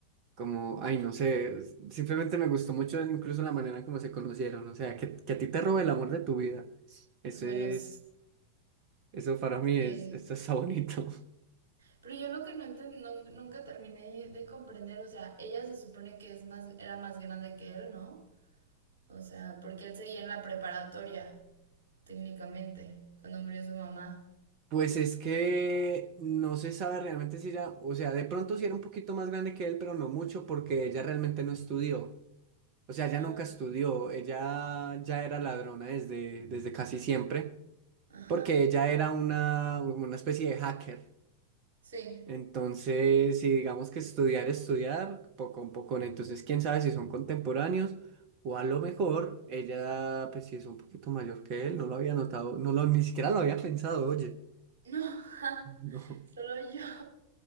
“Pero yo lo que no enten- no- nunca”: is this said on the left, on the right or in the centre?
Right